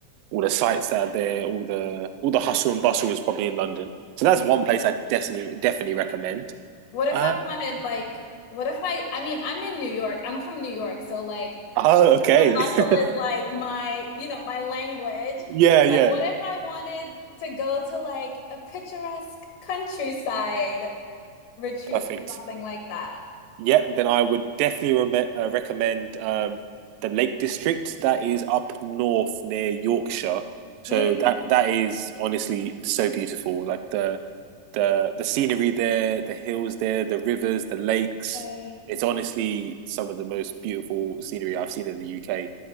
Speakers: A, on the right; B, on the left.
A: all the sites that are there, all the all the hustle and bustle is probably in London. So that's one place I definitely definitely recommend.
B: What if
A: Uh,
B: I wanted like, what if I, I mean, I'm in New York. I'm from New York, so like,
A: oh, okay.
B: and bustle
A: <laughs>
B: is like my, you know, my language.
A: Yeah, yeah.
B: But what if I wanted to go to like a picturesque countryside retreat,
A: Perfect.
B: something like that?
A: Yep, then I would definitely re uh, recommend um, the Lake District that is up north near Yorkshire. So
B: Mm.
A: that that is honestly so beautiful. Like the the the scenery there, the hills there, the rivers, the lakes.
B: Okay.
A: It's honestly some of the most beautiful scenery I've seen in the UK.